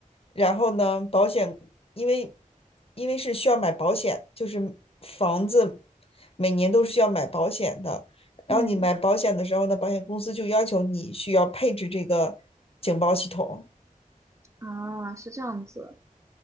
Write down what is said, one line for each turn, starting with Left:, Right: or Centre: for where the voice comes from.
Left: 然后呢，保险因为因为是需要买保险，就是房子每年都是需要买保险的。然后你买保险的时候呢，
Right: 嗯，
Left: 保险公司就要求你需要配置这个警报系统。
Right: 啊，是这样子，